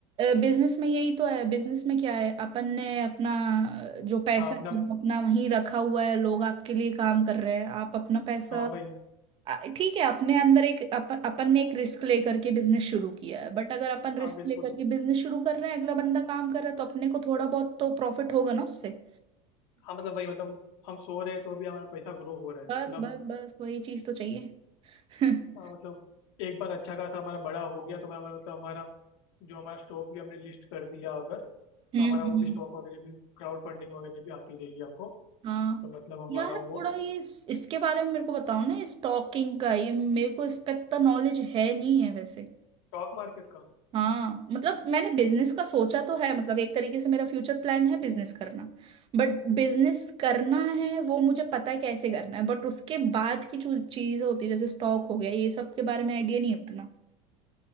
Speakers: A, on the right (about 35°); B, on the left (about 75°).
A: बिजनेस में यही तो है बिजनेस में क्या है अपन ने अपना अ, जो पैसा
B: हाँ अपना
A: है वो अपना वहीं रखा हुआ है लोग आपके लिए काम कर रहे हैं आप अपना पैसा
B: हाँ भाई
A: आ, ठीक है अपने अंदर एक अपन अपन ने एक रिस्क लेकर के बिजनेस शुरू किया है बट अगर अपन रिस्क
B: हाँ बिल्कुल
A: लेकर के बिजनेस शुरू कर रहे हैं अगला बंदा काम कर रहा है तो अपने को थोड़ा बहुत तो प्रॉफिट होगा ना उससे
B: हाँ मतलब वही मतलब हम सो रहे हैं तो भी हमारा पैसा ग्रो हो रहा है
A: बस
B: मतलब
A: बस बस वही चीज तो चाहिए <laughs> हम्म
B: हाँ मतलब एक बार अच्छा खासा हमारा बड़ा हो गया तो हमारा मतलब हमारा जो हमारा स्टॉक भी हमने लिस्ट कर दिया अगर
A: हम्म,
B: तो हमारा वो भी स्टॉक वगैरह भी क्राउड फंडिंग वगैरह भी आती रहेगी हमको
A: हाँ
B: तो मतलब हमारा
A: यार
B: वो
A: थोड़ा ये इस- इसके बारे में मेरे को बताओ ना स्टॉकिंग का ये मेरे को इसका तो नॉलेज है नहीं है वैसे
B: स्टॉक मार्केट का
A: हाँ मतलब मैंने बिजनेस का सोचा तो है मतलब एक तरीके से मेरा फ्यूचर प्लान है बिजनेस करना बट बिजनेस करना है वो मुझे पता है कैसे करना है बट उसके बाद की जो चीज होती है जैसे स्टॉक हो गया ये सब के बारे में आइडिया नहीं है उतना